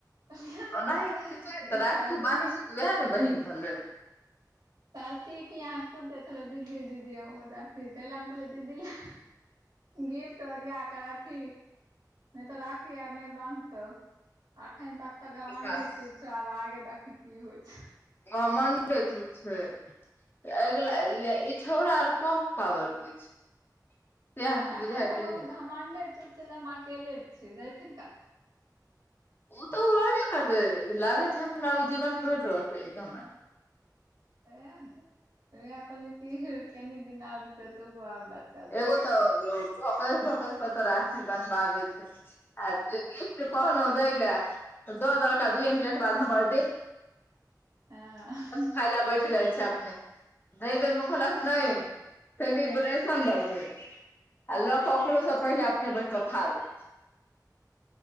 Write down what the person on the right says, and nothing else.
प्रतीक
तरती के यहाँ खुद देखबै दीदी दीदी अथी तैय ला कहलीय दीदी ला <unintelligible> गिफ्ट ओरियाक रखी। न‌इ तऽ राखी आर न‌इ बान्धतौ, अखन त तऽ घमण्डे
चूड़ छो, आब आगे देखीही की होइ छौ।
अखन
तक
ओ घमण्डे चूड़ छै जे, हम अकेले छी, जयथिन का
एय कहलीय की कनि दिन आर त तो गआ ब <unintelligible>
आं ह <inaudible>